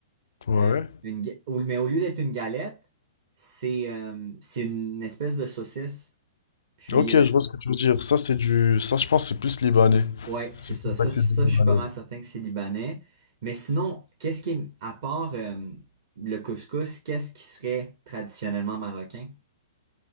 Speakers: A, on the left; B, on the right.
A: Ouais,
B: euh,
A: ouais.
B: une, ga- au- mais au lieu d'être une galette, c'est euh, c'est une espèce de saucisse. Puis,
A: Ok, je
B: euh, c-
A: vois ce que tu veux dire. Ça, c'est du. Ça, je pense, que c'est plus libanais.
B: ouais, c'est
A: C'est
B: ça.
A: plus
B: Ça,
A: la cuisine
B: ça,
A: libanaise.
B: je suis pas mal certain que c'est libanais. Mais sinon, qu'est-ce qui, est- à part euh, le couscous, qu'est-ce qui serait traditionnellement marocain?